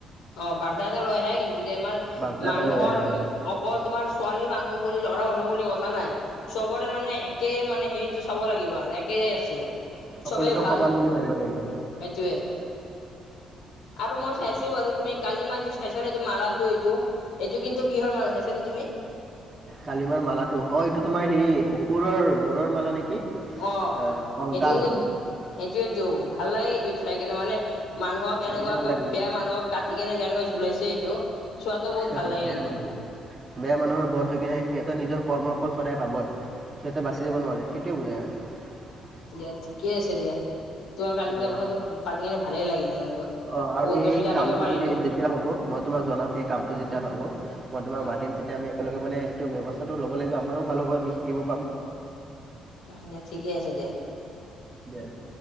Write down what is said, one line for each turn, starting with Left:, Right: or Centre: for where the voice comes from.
Left: অ বাৰ্তা এটা লৈ আহে কিন্তু আমাৰ
Right: বাৰ্তা
Left: মানুহৰ
Right: এটা লৈ আহে হয়
Left: অকল তোমাৰ ছোৱালী মানুহ বুলি ল'ৰা মানুহ বুলি কথা নাই চবৰে মানে একে মানে হেৰিত চাব লাগিব আৰু একে আছে
Right: সকলোকে
Left: চবেই ভাল
Right: সমান বুলি ভাবিব লাগিব
Left: সেইটোৱে আৰু মই
Right: তাকে
Left: চাইছো বাৰু তুমি কালি ম চাইছ নে এইটো মালাটো এইটো এইটো কিন্তু কিহৰ মালা চাইছ নে তুমি
Right: তালিমাৰ মালাটো অ এইটো তোমাৰ হেৰি অসুৰৰ মূৰৰ মালা নেকি
Left: অ
Right: আহ কংকাল
Left: সেইটো কিন্তু সেইটোয়েইটো ভাল লাগে কিন্তু এইটো চাই কিনে মানে মানুহক
Right: চাই
Left: এনেকুৱা
Right: কেনে
Left: আকৌ
Right: ভাল লাগিল
Left: বেয়া মানুহক কাটি কেনে কেনেকৈ লাইছে এইটো চোৱাটো
Right: বেয়া
Left: বহুত ভাল লাগে কিন্তু
Right: মানুহৰ বেয়া মানুহৰ বধ হৈ কেনে সিহঁতৰ নিজৰ কৰ্মৰ ফল সদায় পাবই সিহঁতে বাচি যাব নোৱাৰে সেইটোৱে বুজায় আৰু
Left: দিয়া ঠিকে আছে দিয়া তোমাৰ গালি
Right: দিয়া
Left: পূজাৰ কথাটো
Right: দিয়া।
Left: পাতি কেনে ভালেই লাগিল মোৰ লগত
Right: অ আৰু
Left: বহুত বস্তু
Right: সেই
Left: জানিব
Right: কামটো
Left: পাৰিলো
Right: যদি যেতিয়া হব মই তোমাক জনাম সেই কামটো যেতিয়া হব মই তোমাক
Left: অ
Right: মাতিম তেতিয়া আমি তেওঁলোকে মানে এইটো ব্যৱস্থাটো ল'ব লাগিব আমাৰো ভাল হ'ব আমি শিকিব পাম
Left: উ দিয়া ঠিকে আছে দিয়া
Right: দিয়া দিয়া